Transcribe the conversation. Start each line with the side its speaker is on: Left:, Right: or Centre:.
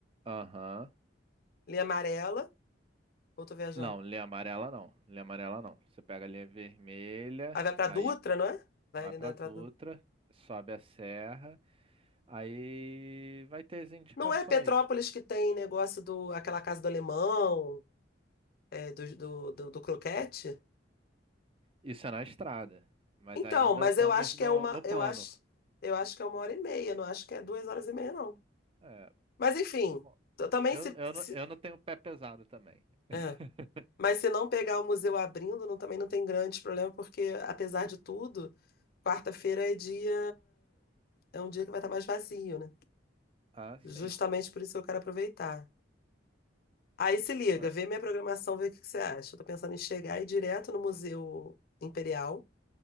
Right: Aham.
Left: linha amarela. Ou tô viajando?
Right: Não, linha amarela não. Linha amarela não. Você pega a linha vermelha,
Left: Aí vai para
Right: aí
Left: Dutra, não é? Vai
Right: vai
Left: ali
Right: pra
Left: na entrada.
Right: Dutra, sobe a serra, aí vai ter as indicações.
Left: Não é Petrópolis que tem negócio do aquela casa do alemão? é, do, do, do, do croquete.
Right: Isso é na estrada, mas
Left: Então,
Right: ainda
Left: mas
Right: estamos
Left: eu acho
Right: no,
Left: que é uma,
Right: no plano.
Left: eu acho, eu acho que é uma hora e meia, não acho que é duas horas e meia, não.
Right: É,
Left: Mas enfim,
Right: bom,
Left: t- também
Right: eu,
Left: se,
Right: eu,
Left: se-
Right: não- eu não tenho pé pesado também. <laughs>
Left: é. Mas se não pegar o museu abrindo, não- também não tem grande problema, porque apesar de tudo, quarta-feira é dia, é um dia que vai estar mais vazio, né?
Right: Ah, sim.
Left: Justamente por isso que eu quero aproveitar. Aí se liga,
Right: Ah,
Left: vê minha programação, vê o que que você acha. Eu tô pensando em chegar e ir direto no Museu Imperial,